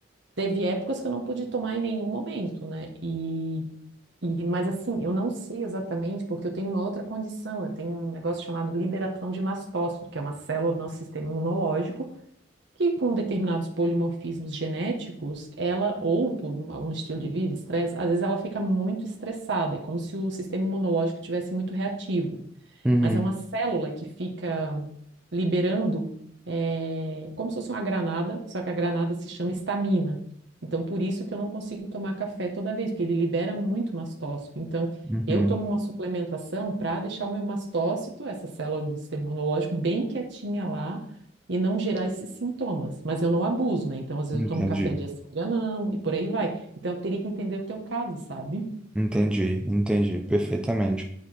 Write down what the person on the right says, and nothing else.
Teve épocas que eu não pude tomar em nenhum momento, né? E, e mas assim, eu não sei exatamente, porque eu tenho uma outra condição. Eu tenho um negócio chamado liberação de mastócito, que é uma célula do nosso sistema imunológico que com determinados polimorfismos genéticos, ela, ou por um, um estilo de vida, estresse, às vezes ela fica muito estressada, é como se o sistema imunológico tivesse muito reativo
mas é uma célula que fica liberando, é, como se fosse uma granada, só que a granada se chama estamina. Então, por isso que eu não consigo tomar café toda vez, porque ele libera muito mastócito. Então,
eu tomo uma suplementação para deixar o meu mastócito, essa célula do sistema imunológico, bem quietinha lá e não gerar esses sintomas. Mas eu não abuso, né? Então, às vezes
eu tomo café dia sim, dia não, e por aí vai. Então, eu teria que entender o teu caso, sabe?